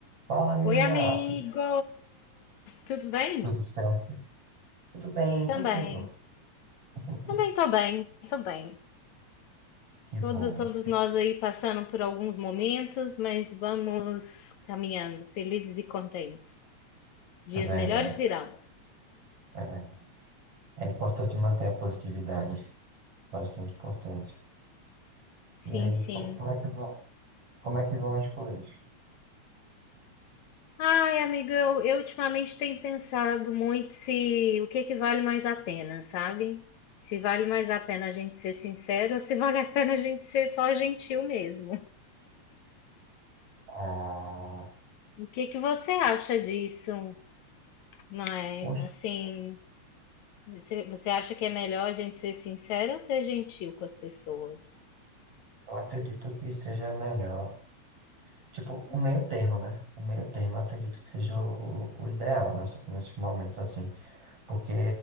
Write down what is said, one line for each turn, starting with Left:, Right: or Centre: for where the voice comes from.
Right: Fala, amiga.
Left: Oi, amigo!
Right: tudo
Left: Tudo bem?
Right: Tudo certo? Tudo bem
Left: Também.
Right: contigo? <laughs>
Left: Também tô bem, tô bem.
Right: Que bom.
Left: Todo- todos nós aí passando por alguns momentos, mas vamos caminhando, felizes e contentes. Dias
Right: É verdade.
Left: melhores virão.
Right: É, ver- é importante manter a positividade. Bastante importante.
Left: Sim,
Right: E aí,
Left: sim.
Right: como, como é que vão, como é que vão as coisas?
Left: Ai, amigo, eu, eu ultimamente tenho pensado muito se o que é que vale mais a pena, sabe? Se vale mais a pena a gente ser sincero ou se vale a pena a gente ser só gentil mesmo.
Right: Ah,
Left: O que é que você acha disso? Não é?
Right: poxa,
Left: Assim, Você você acha que é melhor a gente ser sincero ou ser gentil com as pessoas?
Right: eu acredito que seja melhor. Tipo, o meio termo, né? O meio termo eu acredito que seja o, o, o ideal nessa, nesses momentos, assim. Porque